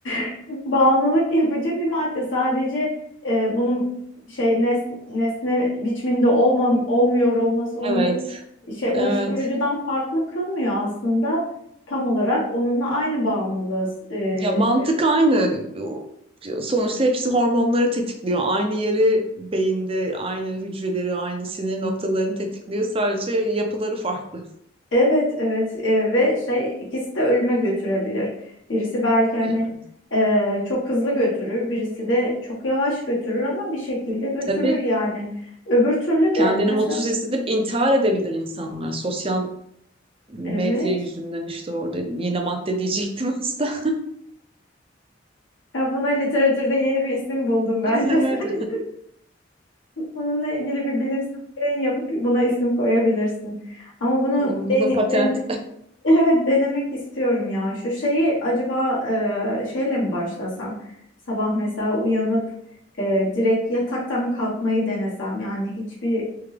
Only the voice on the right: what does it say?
Evet,
evet.
Ya mantık
aynı. Bu- Sonuçta hepsi hormonları tetikliyor. Aynı yeri beyinde, aynı hücreleri, aynı sinir noktalarını tetikliyor. Sadece yapıları farklı.
Evet.
Tabii
kendini
mutsuz hissedip intihar edebilir insanlar. Sosyal medya
yüzünden işte orada yine madde diyecektim aslında.
<laughs> Evet.
Bunu
patent